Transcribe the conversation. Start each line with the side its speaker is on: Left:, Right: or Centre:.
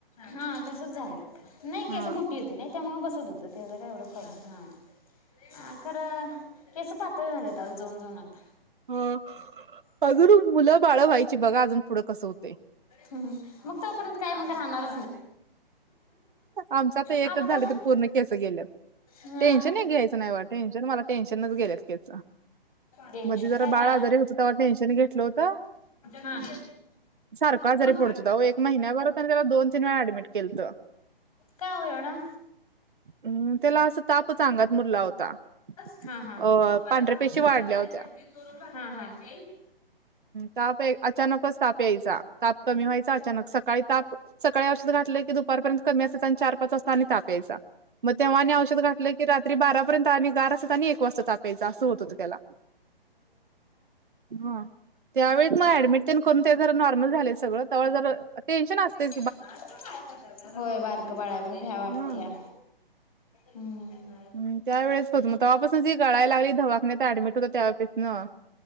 Left: हा तसंच झालं नाही केस
Right: हा
Left: मोठी होती नाही त्यामुळं बसत होत त्याचा काय एवढा प्रॉब्लेम हा अ खरं केस पातळ झाले जाऊन जाऊन आता.
Right: ह अजून मुलं बाळं व्हायची बघा अजून पुढं कसं होतंय.
Left: ह मग तोपर्यंत काय मग राहणार
Right: आमचा तर एकच
Left: आता
Right: झालं
Left: तू
Right: तर पूर्ण केस गेल्यात.
Left: हा
Right: टेन्शन एक घ्यायच नाही बघा टेन्शन मला टेन्शनच गेल्यात केसं.
Left: टेन्शन
Right: मधी जरा
Left: काय
Right: बाळ
Left: काय
Right: आजारी होत तेव्हा टेन्शन घेतलं होतं.
Left: हा
Right: सारख आजारी
Left: मग
Right: पडत होता ओ एक महिन्याभर आम्ही त्याला दोन दोन-तीन वेळा ऍडमिट केलत.
Left: का हो एवढा
Right: हम् त्याला अस तापच अंगात मुरला होता.
Left: हा हा
Right: अ
Left: चपाती
Right: पांढऱ्या
Left: भाक
Right: पेशी
Left: चपाती
Right: वाढल्या
Left: हायेत
Right: होत्या.
Left: दोन-तीन दोनच भाकरी करायचेत हा हा.
Right: ताप अचानकच ताप यायचा. ताप कमी व्हायचा अचानक सकाळी ताप सकाळी औषध घातलं की दुपारपर्यंत कमी असयच आणि चार पाच वाजता आणि ताप यायचा मग तेव्हा औषध घातलं की रा तरी बारापर्यंत आणि गार असयच आणि एक वाजता ताप अस होत होत त्याला हा. त्यावेळेस मग ऍडमिट करून ते जर नॉर्मल झालय सगळं तवा जरा टेन्शन असतयचं.
Left: कुणास ठाऊक काय करत्यात, होय बारकं बाळ आहे ना भ्या वाटत्या.
Right: हम्म.
Left: हम्म.
Right: ह त्या वेळेस बघ, मग तवापासन जी गळाय लागली दवाखान्यात ऍडमिट होता त्यावेेळेपासन